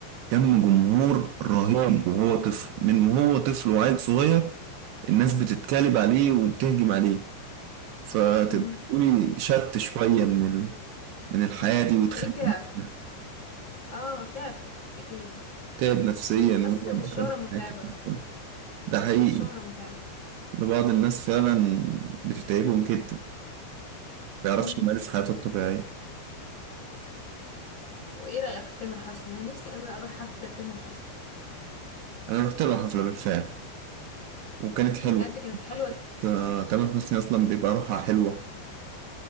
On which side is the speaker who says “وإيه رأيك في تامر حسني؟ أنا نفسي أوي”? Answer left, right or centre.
Left